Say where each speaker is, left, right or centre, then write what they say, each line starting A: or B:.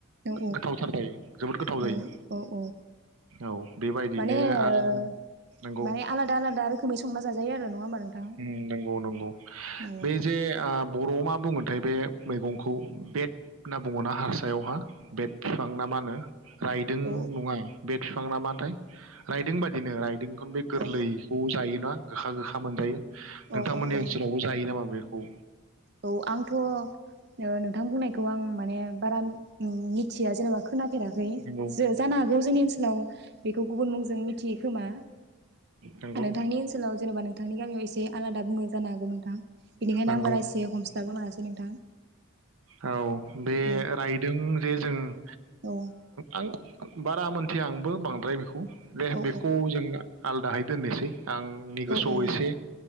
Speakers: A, on the right; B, on the right.
A: औ
B: गोथावथार जायो जोबोद गोथाव
A: औ
B: जायो
A: औ औ
B: औ बेबायदिनो
A: माने ओ
B: आ नंगौ
A: माने आलादा आलादा रोखोमै संना जाजायो आरो नङा नोंथां
B: उम नंगौ नं बे
A: औ
B: जे आ बर'आव मा बुङोथाय बे मैगंखौ बेट होनना बुङोना हारसायावहा बेट बिफां ना मानो रायदों
A: औ
B: नङा बेट बिफां नामाथाय राइदों बादिनो राइदों ओं बे गोरलैखौ
A: औ
B: जायोना गोखा गोखा मोनजायो नोंथांमोननि
A: औ औ
B: ओनसोलावबो
A: औ
B: जायो नामा बे औ
A: औ आंथ' ओ नोंथां बुंनायखौ आं माने बारा उम मिथिया जेनेबा खोनाफेराखै
B: नंगौ
A: जो जानो हागौ जोंनि ओनसोलाव बेखौ गुबुन मुंजों मिथियो खोमा
B: नंगौ
A: नोंथांनि ओनसोलाव जेनेबा नोंथांनि गामियाव एसे आलादा बुङो जानो हागौ गौ नोंथां बेनिखायनो
B: नंगौ
A: आं बाराय इस ए हमस्लाबनो मोनासै नोंथां
B: औ बे
A: औ
B: रायदों जे जों ओ
A: औ
B: आं बारा मोनथिया आंबो बांद्राय बेखौ बे
A: औ
B: बेखौ जोङो आलदाहाय दोननोसै आंनि गोसोआव
A: औ औ
B: एसे